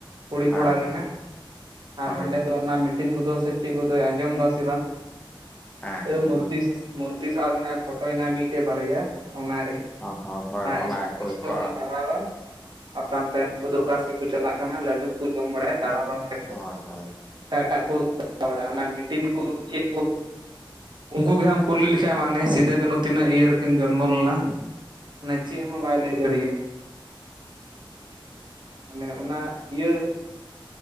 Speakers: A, on the right (about 55°); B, on the left (about 20°).
A: ᱠᱩᱲᱤ
B: ᱦᱳᱭ
A: ᱠᱚᱲᱟ ᱜᱮ ᱦᱟᱸᱜ᱾ ᱟᱨ
B: ᱦᱳᱭ
A: ᱦᱟᱸᱰᱮ ᱫᱚ ᱚᱱᱟ ᱢᱤᱴᱤᱱ ᱠᱚᱫᱚ ᱥᱮ ᱪᱮᱫ ᱠᱚᱫᱚᱭ ᱟᱸᱡᱚᱢ ᱫᱟᱥᱮ ᱵᱟᱝ
B: ᱦᱮᱸ
A: ᱮᱭ
B: ᱦᱮᱸ
A: ᱢᱩᱨᱛᱤ ᱢᱩᱨᱛᱤ ᱥᱟᱶ ᱜᱮ ᱦᱟᱸᱜ ᱯᱷᱳᱴᱳᱭ ᱱᱟ ᱢᱤᱫᱴᱮᱡ ᱵᱟᱨᱭᱟ᱾ ᱚᱱᱟ
B: ᱦᱳᱭ ᱦᱳᱭ
A: -ᱚᱱᱟ
B: ᱠᱚᱜᱮ
A: ᱥᱴᱳᱨᱤ
B: ᱠᱚ
A: ᱢᱟᱨᱟᱣᱟ᱾ ᱟᱨ ᱛᱟᱭᱚᱢ ᱛᱮ ᱩᱱᱠᱩ ᱫᱚ ᱚᱠᱟ ᱥᱮᱫ ᱠᱚ ᱪᱟᱞᱟᱜ ᱠᱟᱱᱟ ᱞᱟᱹᱰᱩ ᱠᱚ ᱠᱚ ᱡᱚᱢ ᱵᱟᱲᱟᱭᱟ᱾ ᱫᱟᱸᱬᱟ ᱵᱟᱲᱟᱭᱟᱠᱚ,
B: ᱦᱳᱭ ᱦᱳᱭ
A: ᱮᱴᱟᱜ ᱮᱴᱟᱜ ᱠᱚ ᱵᱟᱲᱟᱭᱟ ᱚᱱᱟ ᱢᱤᱴᱤᱱ ᱠᱚ ᱪᱮᱫ ᱠᱚ ᱩᱱᱠᱩ ᱜᱮ ᱦᱟᱸᱜ ᱮᱢ ᱠᱩᱞᱤ ᱞᱮᱠᱷᱟᱡ ᱢᱟ ᱱᱮᱥ ᱥᱤᱫᱩ ᱠᱟᱹᱱᱩ ᱛᱤᱱᱟᱹᱜ ᱤᱭᱟᱹ ᱨᱮᱠᱤᱱ ᱡᱚᱱᱢᱚ ᱞᱮᱱᱟ ᱢᱟᱱᱮ ᱪᱮᱫ ᱦᱚᱸ ᱵᱟᱭ ᱞᱟᱹᱭ ᱫᱟᱲᱤᱜᱼᱟ᱾ ᱢᱟᱱᱮ ᱚᱱᱟ ᱤᱭᱟᱹ